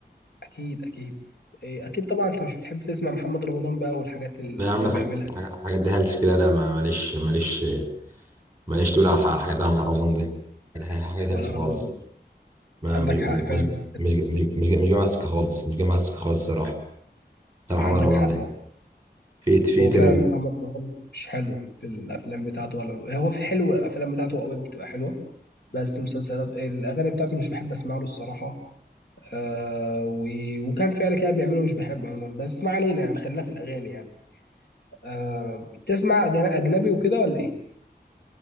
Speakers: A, on the left; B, on the right.
A: اكيد اكيد إيه اكيد طبعا انت مش بتحب تسمع محمد رمضان بقى والحاجات اللي
B: لا يا عم
A: هو
B: الح-
A: بيعملها
B: الح-
A: دي
B: الحاجات دي هلس كده لا ما- ماليش ماليش ماليش تقول على الح- الحاجات دي عم رمضان دي الح- الحاجات هلس
A: ولا
B: خالص
A: انا برضه
B: ما
A: عندك
B: مش مش
A: حق فعلا
B: مش مش مش جاي مع السكه خالص مش جاي مع السكه خالص الصراحه بتاع محمد
A: عندك
B: رمضان
A: حق
B: ده فيت فيت
A: هو فعلا
B: انا بت...
A: محمد رمضان مش حلو في الافلام بتاعته ولا هو في حلو الافلام بتاعته اوقات بتبقى حلوه بس مسلسلات الاغاني بتاعته مش بحب اسمع له الصراحه آه و... وكان فعلا كده بيعمله مش بحبه عموما بس ما علينا يعني خلينا في الاغاني يعني آه تسمع أجن- اجنبي وكده ولا ايه